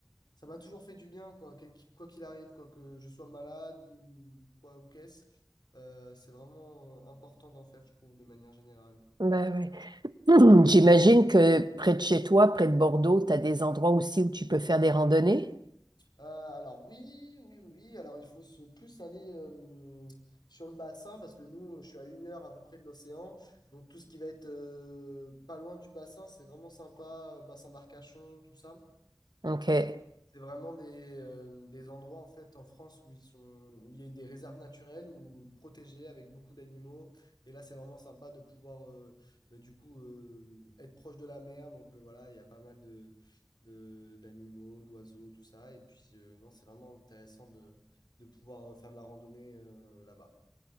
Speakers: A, on the left; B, on the right.
A: Ça m'a toujours fait du bien, quoi, quel- quoi qu'il arrive, quoi que je sois malade ou quoi ou qu'est-ce. Euh, c'est vraiment euh, important d'en faire, je trouve, de manière générale.
B: Ben ouais. <clears throat> J'imagine que près de chez toi, près de Bordeaux, t'as des endroits aussi où tu peux faire des randonnées.
A: Euh, alors oui, oui, oui, oui. Alors il faut se plus aller euh, sur le bassin parce que nous, je suis à une heure à peu près de l'océan. Donc tout ce qui va être euh, pas loin du bassin, c'est vraiment sympa. Bassin d'Arcachon, tout ça.
B: Ok. Hein.
A: C'est vraiment des, euh, des endroits en fait en France où ils sont où il y a des réserves naturelles ou protégées avec beaucoup d'animaux. Et là, c'est vraiment sympa de pouvoir euh, bah, du coup euh, être proche de la mer. Donc euh, voilà, il y a pas mal de, de- d'animaux, d'oiseaux et tout ça. Et puis euh, non, c'est vraiment intéressant de, de pouvoir euh, faire de la randonnée euh, là-bas.